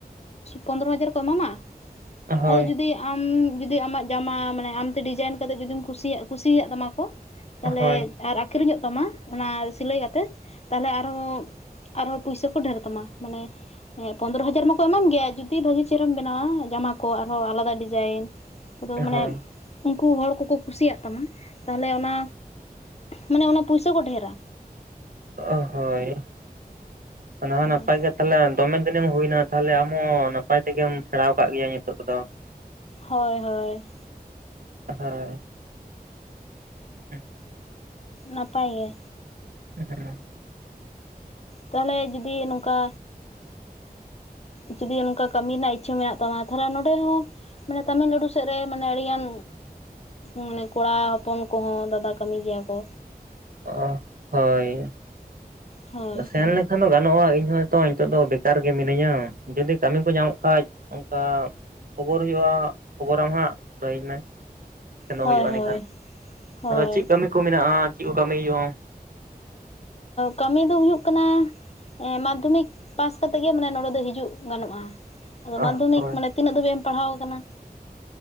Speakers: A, on the left; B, on the right.
A: ᱯᱚᱱᱨᱚ ᱦᱟᱡᱟᱨ ᱠᱚ ᱮᱢᱟᱢᱟ
B: ᱦᱳᱭ
A: ᱟᱫᱚ ᱡᱩᱫᱤ ᱟᱢ ᱡᱩᱫᱤ ᱟᱢᱟᱜ ᱡᱟᱢᱟ ᱢᱟᱱᱮ ᱟᱢᱛᱮ ᱰᱤᱡᱟᱭᱤᱱ ᱠᱟᱛᱮᱜ ᱡᱩᱫᱤᱢ ᱠᱩᱥᱤᱭᱟᱜ ᱠᱩᱥᱤᱭᱟᱜ ᱛᱟᱢᱟ ᱠᱚ ᱛᱟᱦᱞᱮ
B: ᱦᱳᱭ
A: ᱟᱨ ᱟᱠᱷᱨᱤᱧᱚᱜ ᱛᱟᱢᱟ ᱚᱱᱟ ᱥᱤᱞᱟᱹᱭ ᱠᱟᱛᱮᱫ ᱛᱟᱦᱞᱮ ᱟᱨᱦᱚᱸ ᱟᱨᱦᱚ ᱯᱚᱭᱥᱟ ᱠᱚ ᱰᱷᱮᱨ ᱛᱟᱢᱟ ᱢᱟᱱᱮ ᱦᱮᱸ ᱯᱚᱸᱫᱽᱨᱚ ᱦᱟᱡᱟᱨ ᱢᱟᱠᱚ ᱮᱢᱟᱢ ᱜᱮᱭᱟ ᱡᱩᱫᱤ ᱵᱷᱟᱹᱜᱤ ᱪᱮᱦᱨᱟᱢ ᱵᱮᱱᱟᱣᱟ ᱡᱟᱢᱟ ᱠᱚ ᱟᱨᱦᱚᱸ ᱟᱞᱟᱫᱟ ᱰᱤᱡᱟᱭᱤᱱ ᱟᱫᱚ
B: ᱦᱳᱭ
A: ᱢᱟᱱᱮ ᱩᱱᱠᱩ ᱦᱚᱲ ᱠᱚᱠᱚ ᱠᱩᱥᱤᱭᱟᱜ ᱛᱟᱢᱟ ᱛᱟᱦᱚᱞᱮ ᱚᱱᱟ ᱢᱟᱱᱮ ᱚᱱᱟ ᱯᱩᱭᱥᱟᱹ ᱠᱚ ᱰᱷᱮᱨᱟ
B: ᱚ ᱦᱳᱭ ᱚᱱᱟ ᱦᱚᱸ
A: ᱦᱳᱭ
B: ᱱᱟᱯᱟᱭ ᱜᱮᱛ ᱛᱟᱦᱚᱞᱮ ᱫᱚᱢᱮ ᱫᱤᱱᱮᱢ ᱦᱩᱭᱱᱟ ᱛᱟᱦᱞᱮ ᱟᱢᱦᱚᱸ ᱱᱟᱯᱟᱭ ᱛᱮᱜᱮᱢ ᱥᱮᱬᱟ ᱟᱠᱟᱫ ᱜᱮᱭᱟ ᱱᱤᱛᱚᱜ ᱠᱚᱫᱚ
A: ᱦᱳᱭ ᱦᱳᱭ
B: ᱦᱮᱸ ᱦᱮᱸ <inaudible>
A: ᱱᱟᱯᱟᱭ ᱜᱮ
B: ᱦᱮᱸ <unintelligible>
A: ᱛᱟᱦᱚᱞᱮ ᱡᱩᱫᱤ ᱱᱚᱝᱠᱟ ᱡᱩᱫᱤ ᱱᱚᱝᱠᱟ ᱠᱟᱹᱢᱤ ᱨᱮᱱᱟᱜ ᱤᱪᱪᱷᱟᱹ ᱢᱮᱱᱟᱜ ᱛᱟᱢᱟ ᱛᱟᱦᱚᱞᱮ ᱱᱚᱸᱰᱮ ᱦᱚᱸ ᱢᱟᱱᱮ ᱛᱟᱹᱢᱤᱞᱱᱟᱹᱲᱩ ᱥᱮᱫ ᱨᱮ ᱢᱟᱱᱮ ᱟᱹᱰᱤ ᱜᱟᱱ ᱢᱟᱱᱮ ᱠᱚᱲᱟ ᱦᱚᱯᱚᱱ ᱠᱚᱦᱚᱸ ᱫᱟᱫᱟ ᱠᱟᱹᱢᱤ ᱜᱮᱭᱟ ᱠᱚ
B: ᱚ ᱦᱳᱭ
A: ᱦᱳᱭ
B: ᱥᱮᱱ ᱞᱮᱱᱠᱷᱟᱱ ᱫᱚ ᱜᱟᱱᱚᱜᱼᱟ ᱤᱧ ᱦᱚᱭᱛᱚ ᱱᱤᱛᱚᱜ ᱫᱚ ᱵᱮᱠᱟᱨ ᱜᱮ ᱢᱤᱱᱟᱹᱧᱟ ᱡᱩᱫᱤ ᱠᱟᱹᱢᱤ ᱠᱚ ᱧᱟᱢᱚᱜ ᱠᱷᱟᱡ ᱚᱱᱠᱟ ᱠᱷᱚᱵᱚᱨ ᱦᱩᱭᱩᱜᱼᱟ ᱠᱷᱚᱵᱚᱨᱟᱢ ᱦᱟᱸᱜ ᱞᱟᱹᱭᱟᱹᱧ ᱢᱮ ᱥᱮᱱᱚ
A: ᱦᱳᱭ
B: ᱦᱩᱭᱩᱜᱼᱟ ᱮᱸᱰᱮᱠᱷᱟᱱ
A: ᱦᱳᱭ ᱦᱳᱭ
B: ᱟᱫᱚ ᱪᱮᱫ ᱠᱟᱹᱢᱤ ᱠᱚ ᱢᱮᱱᱟᱜᱼᱟ ᱪᱮᱫ ᱠᱚ ᱠᱟᱹᱢᱤ ᱦᱩᱭᱩᱜᱼᱟ ᱾
A: ᱠᱟᱹᱢᱤ ᱫᱚ ᱦᱩᱭᱩᱜ ᱠᱟᱱᱟ ᱾ ᱮᱸ ᱢᱟᱫᱽᱫᱷᱚᱢᱤᱠ ᱯᱟᱥ ᱠᱟᱛᱮᱜ ᱜᱮ ᱢᱟᱱᱮ ᱱᱚᱰᱮ ᱫᱚ ᱦᱤᱡᱩᱜ ᱜᱟᱱᱚᱜᱼᱟ ᱾ ᱟᱫᱚ
B: ᱦᱳᱭ
A: ᱢᱟᱫᱽᱫᱷᱚᱢᱤᱠ ᱢᱟᱱᱮ ᱛᱤᱱᱟᱹᱜ ᱫᱟᱹᱵᱤᱡ ᱮᱢ ᱯᱟᱲᱦᱟᱣ ᱟᱠᱟᱱᱟ ᱾